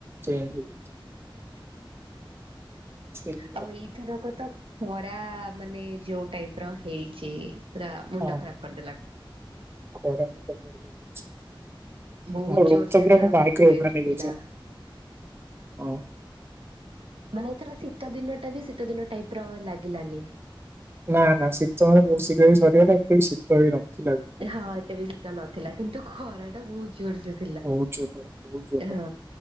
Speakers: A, on the right; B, on the right.
A: ଚେଞ୍ଜେ ହେଇଯାଇଚି। ସେଇ
B: ଆଉ ଏଇଥର କ ତ ଖରା ମାନେ ଯୋଉ ଟାଇପ୍ ର ହେଇଚି। ପୁରା ମୁଣ୍ଡ
A: ଆଉ ହଁ
B: ଖରାପ୍ କରିଦେଲା।
A: ଖରା ବି ପ୍ରବଳ ଜୋର୍ ରେ ହେଉଚି।
B: ବହୁତ
A: ଆଉ ଲୋକଟା
B: ଜୋରସେ ଏଥର
A: ପୁରା ମୋ ବାଇକ୍
B: ହିଟ୍
A: ରେ
B: ୱେଭ
A: ଓଭ୍ରାନ୍ ହେଇଯାଇଛି
B: ଥିଲା।
A: ଓ।
B: ମାନେ ଏଥର ଶୀତ ଦିନଟା ବି ଶୀତ ଦିନ ଟାଇପ୍ ର ଲାଗିଲାନି।
A: ନା ନା ଶୀତ ମାନେ ବହୁତ ଶୀଘ୍ର ବି ସରିଗଲା ଏତେ ବି ଶୀତ ଶୀତ ବି ନଥିଲା ବି।
B: ହଁ ଏତେ ବି ଶୀତ ନଥିଲା କିନ୍ତୁ ଖରା ଟା ବହୁତ ଜୋର୍ ଜୋର୍।
A: ବହୁତ୍ ଜୋର୍ ଖରା। ବହୁତ ଜୋର
B: ହଁ
A: ଖରା